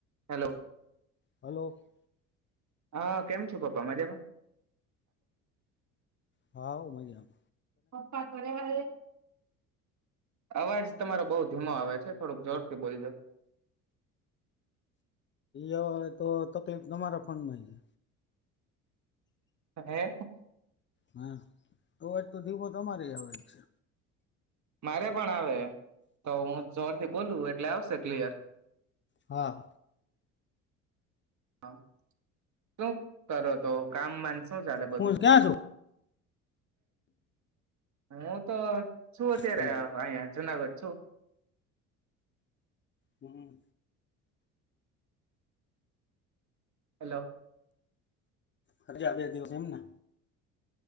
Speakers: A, on the right; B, on the left.
A: હ હલો
B: હલો,
A: હા કેમ છો, પપ્પા મજામાં
B: હા મજ હમાં
A: પપા તરે વા અવાજ તમારો બઉુ ધીમો આવે છે થોડુંક જોર થી કે બોલી જા
B: એવાય તો તકલીફ તમારા ફોન માં છે
A: હે
B: હા તોજ તો દીપો તમારી આવે જ છે
A: મારે પણ આવે તો હું જોરથી બોલું એટલે આવશે ક્લીયર
B: હા હ
A: હા શું કરો તો કામ માન શું ચાલે બધું
B: હું ક્યાં
A: હું તો શું અત્યારે
B: છું
A: અહં જુનાગઢ સો
B: હમ
A: હેલો
B: હરેજ આવ્યા દિવસ એમને